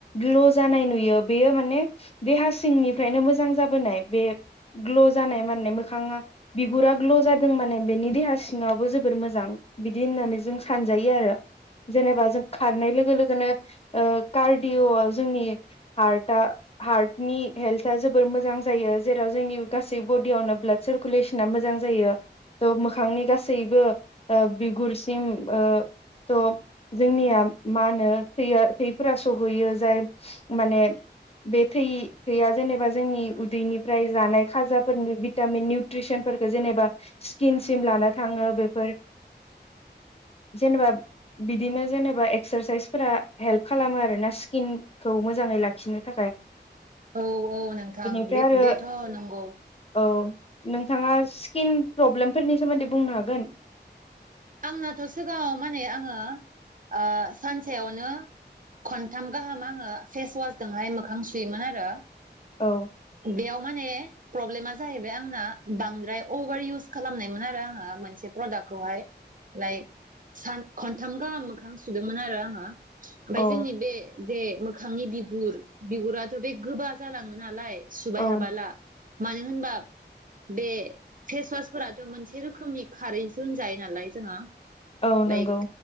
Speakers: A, on the left; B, on the right.
A: ग्ल' जानाय नुयो बेयो माने देहा सिंनि, ओमफ्रायनो मोजां जाबोनाय बे ग्ल' जानाय माने मोखाङा बिगुरा ग्ल' जादों माने बेनि देहा सिङावबो जोबोर मोजां बिदि होननानै जों सानजायो आरो जेनेबा जों खारनाय लोगो लोगोनो ओ कार्डअ'आव जोंनि हार्टआ हार्टनि, हेल्था जोबोर मोजां जायो जेराव जोंनि गासै बडियावनो ब्लाड सारकुलेसना मोजां जायो थ' मोखांनि गासैबो ओ बिगुरसिम ओ थ' जोंनिया मा होनो थैया थैफोरा सहैयो जाय माने बे थै गैया जेनेबा जोंनि उदैनिफ्राय जानाय खाजाफोरनि भिटामिन निउट्रिसनफोरखौ जेनेबा स्किनसिम लानो थाङो बेफोर जेनेबा बिदिनो जेनेबा एक्सारसाइसफोरा हेल्प खालामो आरोना स्किनखौ मोजाङै लाखिनो थाखाय,
B: औ औ नोंथां
A: बेनिफ्राय
B: बे
A: आरो
B: बेथ' नंगौ
A: औ नोंथाङा स्किन प्रब्लेमफोरनि सोमोन्दै बुंनो हागोन?
B: आंनाथ' सिगाङाव माने आङो ओ सानसेयावनो खनथाम गाहाम आङो फेसवासजोंहाय मोखां सुयोमोन आरो
A: औ
B: बेयाव माने प्रब्लेमा जाहैबाय आंना बांद्राय अभार इउस खालामनायमोन आरो आङो मोनसे प्रदाकखौहाय लाइक सान खनथाम गाहाम मोखां सुदोंमोन आरो आङो ओमफ्राय
A: औ
B: जोंनि बे बेे मोखांनि बिगुर बिगुराथ' बे गोबा जालाङो नालाय, सुबाय
A: औ
B: हाबाला मानो होनबा बे फेसवासफोराथ' मोनसे रोखोमनि खारैसो होनजायो नालाय। जोंहा
A: औ नंगौ
B: लाइक